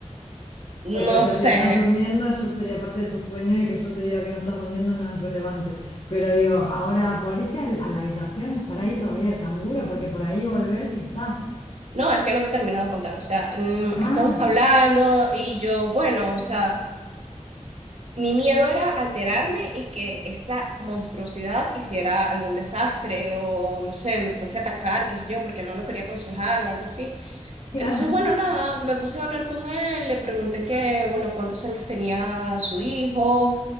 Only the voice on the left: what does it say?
Porque,
o sea,
si estás durmiendo, yo sería parte de tu sueño y que yo te diga que no estás durmiendo no es relevante. Pero digo, ahora, ¿volviste al- a la habitación? ¿Estará ahí todavía el canguro? Porque por ahí volvés y está.
Ah,
claro.